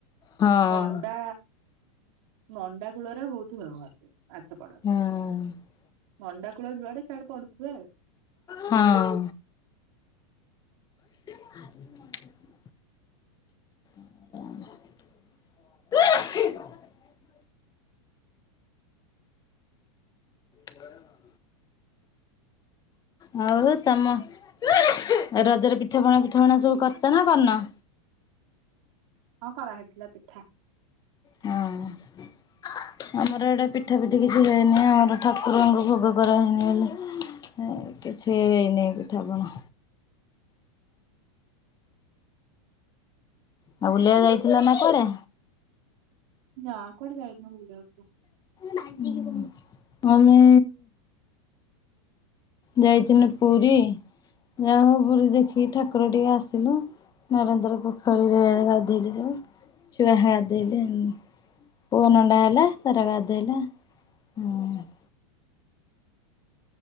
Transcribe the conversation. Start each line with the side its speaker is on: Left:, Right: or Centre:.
Left: ହଁ।
Right: ଦଣ୍ଡା ମଣ୍ଡା କୂଳରେ ବହୁତୁ ଭଲ ବାହାରଚୁ, ଆଥ ପଡା ରୁ
Left: ହଁ
Right: ମଣ୍ଡା କୁଳ ଯୁଆଡେ ସିଆଡେ ପଡୁଥୁଏ।
Left: ହଁ। <unintelligible> <inaudible> ହ <unintelligible> ହଉ ତମ, ରଜରେ ପିଠାପଣା ପିଠାପଣା ସବୁ କରିଚ ନା କରିନ?
Right: ହଁ କରା ହେଇଥିଲା ପିଠା।
Left: ହଁଅ। ଆମର ଏଡେ ପିଠା ପିଠି କିଛି ହେଇନି। ଆମର ଠାକୁରଙ୍କୁ ଭୋଗ କରାହେଇନି ହେଲା। ହେ କିଛି ହେଇନି ପିଠାପଣା। ଆଉ ବୁଲିବାକୁ ଯାଇଥିଲ ନା କୁଆଡେ?
Right: ନାଁ କୁଆଡେ ଯାଇନୁ ବୁଲିବାକୁ।
Left: ହୁଁ। ଆମେ ଯାଇଥିନୁ ପୁରି ଯାହା ହୋଉ ପୁରି ଦେଖିକି ଠାକୁର ଟିକେ ଆସିଲୁ। ନରେନ୍ଦ୍ର ପୋଖରୀରେ ଗାଧେଇଲେ ଯୋଉଁ ଛୁଆଃ ଗାଧେଇଲେ ଉଁ। ପୁଅ ନଣ୍ଡା ହେଲା ସେରା ଗାଧେଇଲା ହୁଁ।